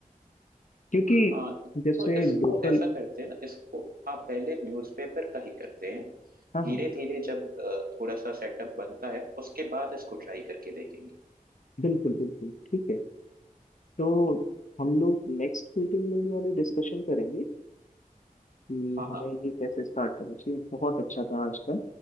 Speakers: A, on the left; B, on the right.
A: क्योंकि
B: हाँ तो
A: जैसे
B: इसको
A: लोकल
B: ऐसा करते हैं ना इसको आप पहले न्यूज़पेपर का ही करते हैं
A: हाँ
B: धीरे
A: हाँ
B: धीरे जब अ, थोड़ा सा सेटअप बनता है उसके बाद इसको ट्राई करके देखेंगे
A: बिल्कुल बिल्कुल ठीक है तो
B: हम्म,
A: हम लोग नेक्स्ट मीटिंग में ये वाली डिस्कशन करेंगे कि
B: हाँ
A: हमें
B: हाँ
A: ये कैसे स्टार्ट करना चाहिए बहुत अच्छा था आज का